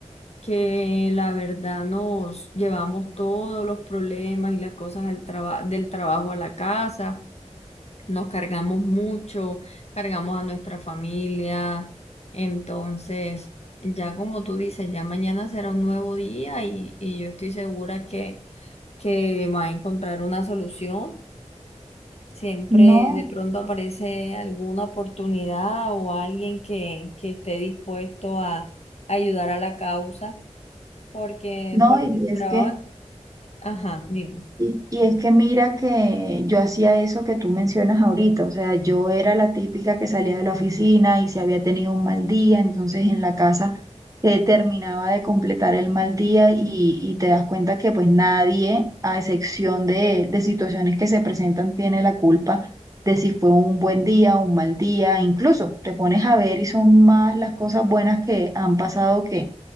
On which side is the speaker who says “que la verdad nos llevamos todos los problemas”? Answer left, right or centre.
Left